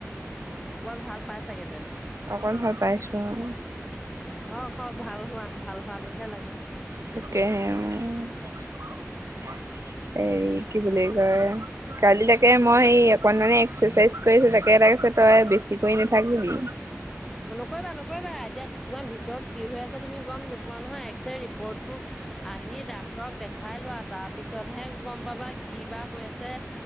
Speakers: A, in the centre; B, on the right.
A: অ, অকমান ভাল পাই চাগে তেওঁ?
B: অকণ ভাল পাইছোঁ, অ।
A: উম। হওক হওক। ভাল হোৱা। ভাল হোৱাটোহে লাগে।
B: তাকেহে অ। হেৰি কি বুলি কয়? কালি তাকে মই সেই অকণমানে এক্সাচাইজ কৰিছোঁ। তাকে তাকেছে তই বেছি কৰি নাথাকিবি।
A: অ নকৰিবা নকৰিবা। এতিয়া তোমাৰ ভিতৰত কি হৈ আছে তুমি গম নোপোৱা নহয়। ছে ৰিপৰ্টটো আহি ডাক্তৰক দেখাই লোৱা। তাৰ পিছতহে গম পাবা? কি বা হৈ আছে?